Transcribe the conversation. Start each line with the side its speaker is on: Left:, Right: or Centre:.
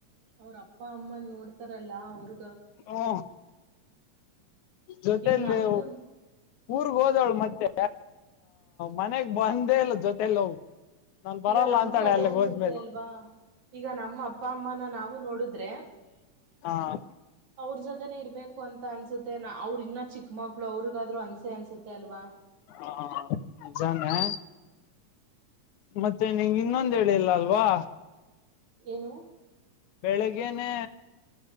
Right: ಅವ್ರ ಅಪ್ಪ -ಅಮ್ಮ ನೋಡ್ತಾರಲ್ಲ ಅವರು
Left: ಹ್, ಓ ಜೊತೆಯಲ್ಲಿ
Right: ಈಗ ನಮ್ಗು
Left: ಊರ್ಗ್ ಹೋದ ೋ <unintelligible> <unintelligible> ಳು ಮತ್ತೆ ಮನೆಗ್ ಬಂದೇ ಇಲ್ಲ ಜೊತೆಲ್ಲ ನಾನ್ ಬರಲ್ಲ
Right: ಈಗ ನಮ್ಗೂ
Left: ಅಂತಾಳೆ
Right: ಅದೇ
Left: ಅಲ್ಲಿಗ್
Right: ಅನ್ಸುತ್ತೆ
Left: ಹೋದ್ಮೇಲೆ
Right: ಅಲ್ವಾ, ಈಗ ನಮ್ಮ ಅಪ್ಪ, ಅಮ್ಮನ ನಾವು ನೋಡುದ
Left: ಹ
Right: ಅವ್ರು ಜೊತೆನೆ ಇರ್ಬೇಕು ಅಂತ ಅನ್ಸುತ್ತೆ. ಅವರು ಇನ್ನ ಚಿಕ್ಕ ಮಕ್ಳು ಅವ್ರಿಗಾದ್ರು ಅನ್ಸೆ ಅನ್ಸುತ್ತೆ ಅಲ್ವಾ,
Left: ಹಾ, ನಿಜಾನೆ ಮತ್ತೆ ನಿನಗ ಇನ್ನೊಂದ ಹೇಳಿಲ್ಲ ಅಲ್ವಾ,
Right: ಏನು?
Left: ಬೆಳಿಗ್ನೆೇ